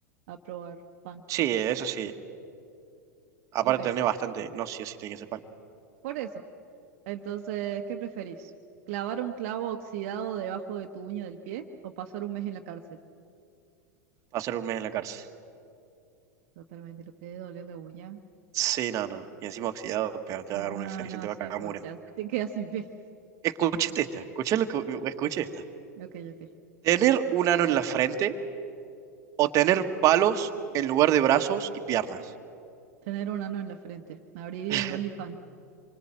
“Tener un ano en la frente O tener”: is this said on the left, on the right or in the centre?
Right